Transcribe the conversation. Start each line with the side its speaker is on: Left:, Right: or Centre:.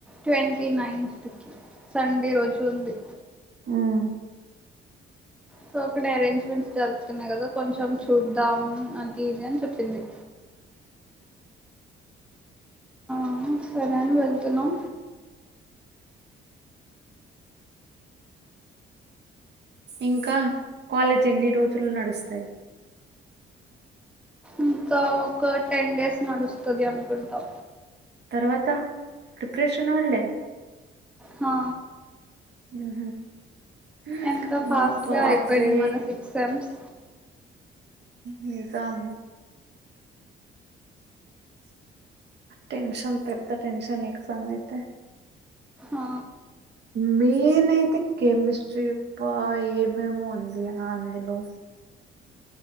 Centre: ట్వ టి నైన్త్ కి సండే రోజు ఉంది
Right: ఉమ్
Centre: సో అక్కడ అరేంజ్మెంట్స్ జరుగుతున్నాయి. కదా కొంచెం చూద్దాం. అది ఇది అని చెప్పింది. ఆ సరే అని వెళ్తున్నాం
Right: ఇంకా కాలేజ్ ఎన్ని రోజులు నడుస్తాయి
Centre: ఇంకా ఒక టెన్ డేస్ నడుస్తది అనుకుంటా
Right: తర్వాత ప్రిప్రేషన్ వాళ్ళే
Centre: హా
Right: ఉమ్ హు
Centre: ఎంత ఫాస్ట్
Right: మా బాపు
Centre: గా అయిపోయింది
Right: రే
Centre: మన సిక్స్ సెమ్స్
Right: నిజం టెన్షన్ పెద్ద టెన్షన్ ఎగ్జామ్ అయితే
Centre: ఆ
Right: మీన్ అయితే కెమిస్ట్రీ పా ఏమేమో ఉంది అందులో